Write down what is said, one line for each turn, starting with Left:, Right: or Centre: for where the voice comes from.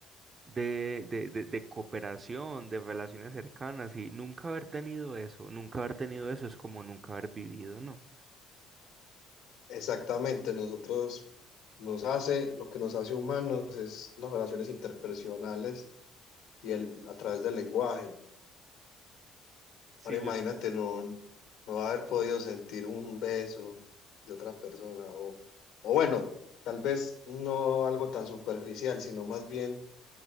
Right: de, de, de, de cooperación, de relaciones cercanas, y nunca haber tenido eso, nunca haber tenido eso es como nunca haber vivido, ¿no?
Left: Exactamente, nosotros nos hace, lo que nos hace humanos es las relaciones interpersonales y el, a través del lenguaje.
Right: Sí,
Left: Ahora imagínate
Right: yo es-
Left: no, no haber podido sentir un beso de otra persona o, o bueno, tal vez no algo tan superficial, sino más bien